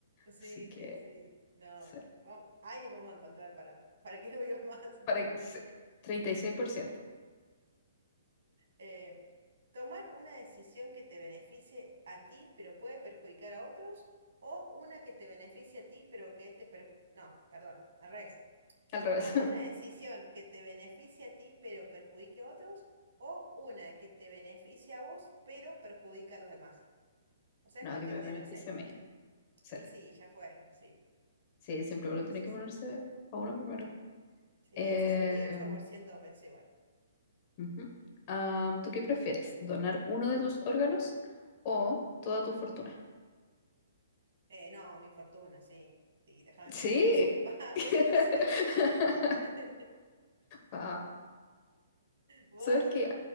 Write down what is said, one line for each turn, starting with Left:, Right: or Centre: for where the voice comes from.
Right: Sí,
Left: Así que,
Right: sí, sí. No.
Left: sí.
Right: Vamos, alguien vamos a encontrar para, para que <laughs> no viva más.
Left: Para que, sí,
Right: <laughs>
Left: treinta y seis por ciento
Right: Eh, tomar una decisión que te beneficie a ti, pero puede perjudicar a otros, o una que te beneficie a ti, pero que te perju- No, perdón, al revés.
Left: Al revés.
Right: Tomar
Left: <laughs>
Right: una decisión que te beneficie a ti pero perjudique a otros o una que te beneficie a vos pero perjudica a los demás. O sea,
Left: No,
Right: es cuestión
Left: que me
Right: de,
Left: beneficie
Right: no sé.
Left: a mí. Sí,
Right: Y sí, ya fue, sí,
Left: sí, siempre uno
Right: sí,
Left: tiene
Right: sí,
Left: que
Right: sí.
Left: ponerse a uno primero.
Right: Sí,
Left: Eh,
Right: el sesenta y ocho por ciento pensó igual.
Left: ujú. Ah, ¿tú qué prefieres? ¿Donar uno de tus órganos o toda tu fortuna?
Right: Eh, no, mi fortuna, sí. Sí, déjame
Left: Sí.
Right: mis órganos en paz,
Left: <laughs>
Right: <laughs> sí. <laughs>
Left: Wow.
Right: ¿Vos?
Left: ¿Sabes qué?